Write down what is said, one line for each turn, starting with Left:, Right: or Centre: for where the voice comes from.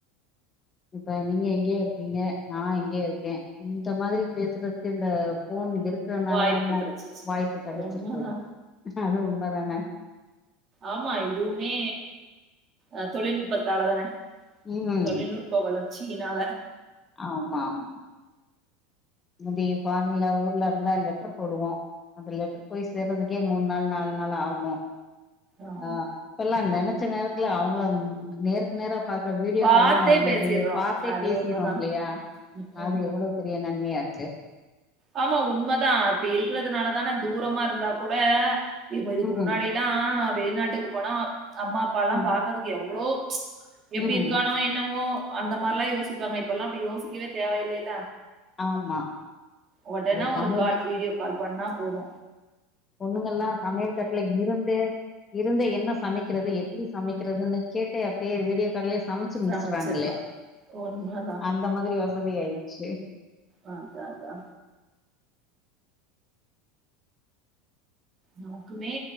Left: இப்ப நீங்க எங்கேயோ இருக்கீங்க நா எங்கேயோ இருக்கே இந்த மாதிரி பேசுறதுக்கு இந்த ஃபோன் இருக்கறனால
Right: வாய்ப்பு
Left: தானே
Right: கெடச்சிச்சு
Left: வாய்ப்பு கெடைச்சிருக்கு
Right: உண்மதா
Left: அதுவு உண்ம தான
Right: ஆமா இதுவுமே அ தொழில் நுட்பத்தால தான
Left: ம்
Right: தொழில்நுட்ப வளர்ச்சியினால
Left: ஆமா ஆமா முந்தைய <unintelligible> ஊர்லருந்தா லெட்டர் போடுவோ அது லெட்டர் போய் சேர்றதுக்கே மூணு நாள் நாலு நாள் ஆகு
Right: ஆமா
Left: ஆ இப்பெல்லா நெனைச்ச நேரத்துல அவங்கள நேருக்கு நேரா பாக்க வீடியோ
Right: பாத்தே
Left: கால்லா வந்தருக்குது
Right: பேசிர்றோ
Left: பாத்தே
Right: அது
Left: பேசிறோ
Right: உண்மதா
Left: இல்லையா
Right: ம் ம்
Left: அது எவ்ளோ பெரிய நன்மையாருக்கு
Right: ஆமா உண்மதா அப்பிடி இருக்கறதுனால தான தூரமா இருந்தா கூட இ இதுக்கு
Left: ம்
Right: முன்னாடி லா வெளிநாட்டுக்கு போனா அம்மா அப்பா எல்லா
Left: ம்
Right: பாக்கறதுக்கு எவ்ளோ எப்பிடி
Left: ம்
Right: இருக்கானோ என்னவோ அந்த மாரிலா யோசிப்பாங்க இப்பெல்லா அப்பிடி யோசிக்கவே தேவயில்லையில
Left: ஆமா
Right: ஒடனே
Left: அது சமைய
Right: ஒரு கால் வீடியோ கால் பண்ணா போது
Left: பொண்ணுங்கல்லா சமையல் கட்டல இருந்தே இருந்து என்ன சமைக்கிறது எப்பிடி சமைக்கிறதுன்னு கேட்டு அப்டியே வீடியோ கால்லே சமைச்சு முடிச்சாறாங்களே
Right: சமைச்சர்லாம். உண்மதான்.
Left: அந்த மாதிரி வசதி ஆயிடுச்சு
Right: அ அதாதா நமக்குமே